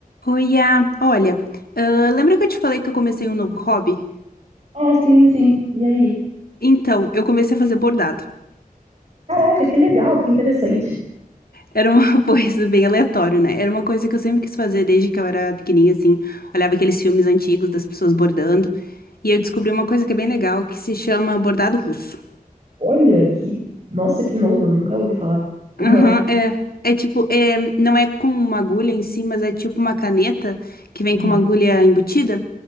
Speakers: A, on the left; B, on the right.
A: Oiá, olha, ah, lembra que eu te falei que eu comecei um novo hobby?
B: Ah, sim, sim. E aí?
A: Então, eu comecei a fazer bordado.
B: Caraca, que legal, que interessante.
A: Era uma <laughs> coisa bem aleatória, né? Era uma coisa que eu sempre quis fazer desde que eu era pequenininha, assim. Olhava aqueles filmes antigos das pessoas bordando. E eu descobri uma coisa que é bem legal, que se chama bordado russo.
B: Olha, que. Nossa, que novo, eu nunca ouvi falar. Como
A: Aham,
B: é?
A: é. É tipo, é, não é com uma agulha em si, mas é tipo uma caneta que vem
B: Uhum.
A: com uma agulha embutida.